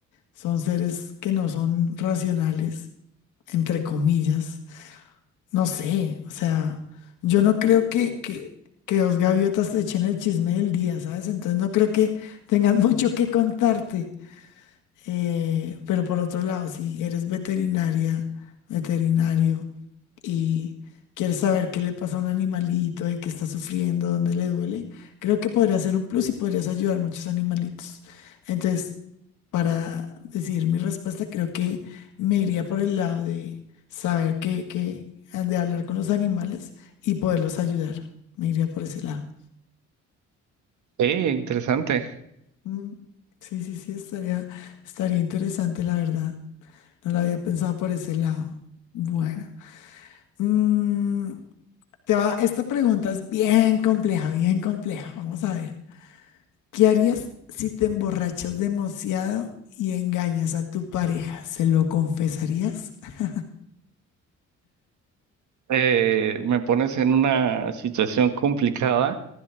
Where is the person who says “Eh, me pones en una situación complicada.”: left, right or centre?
Right